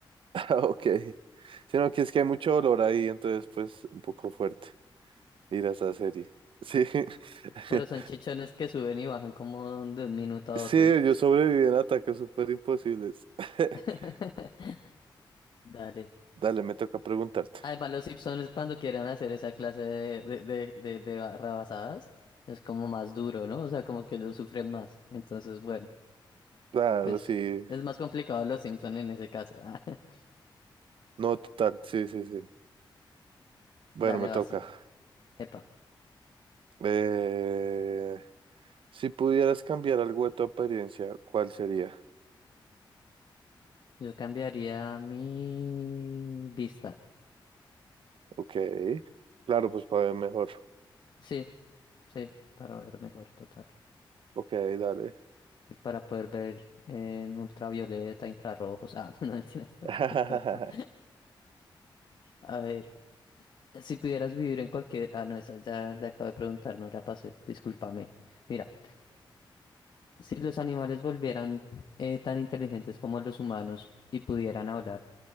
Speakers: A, on the right (about 75°); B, on the left (about 55°).
A: Ah, Ok. Sino que es que hay mucho dolor ahí, entonces pues un poco fuerte ir a esa serie. Sí. <laughs>
B: Pero son chichones que suben y bajan como de un minuto a
A: Sí,
B: otro.
A: yo sobreviví en ataques súper imposibles. <laughs>
B: <laughs> Dale.
A: Dale, me toca preguntarte.
B: Además, los Simpsons cuando quieran hacer esa clase de, de, de, de, de barra es como más duro, ¿no? O sea, como que ellos sufren más. Entonces, bueno,
A: Claro,
B: pues
A: sí.
B: es más complicado los Simpsons en ese caso. <laughs>
A: No, total, sí, sí, sí. Bueno,
B: Dale,
A: me toca.
B: vaso. Epa.
A: Eh, si pudieras cambiar algo de tu apariencia, ¿cuál sería?
B: Yo cambiaría mi vista.
A: Ok. Claro, pues para ver mejor.
B: Sí, sí, para ver mejor, total.
A: Ok, dale.
B: Y para poder ver en ultravioleta, infrarrojos. Ah, <laughs> no mentiras. <laughs> está
A: <laughs>
B: todo. A ver, si pudieras vivir en cualquier... Ah, no, esa ya le acabo de preguntar, no la pasé. Discúlpame. Mira, si los animales volvieran eh, tan inteligentes como los humanos y pudieran hablar,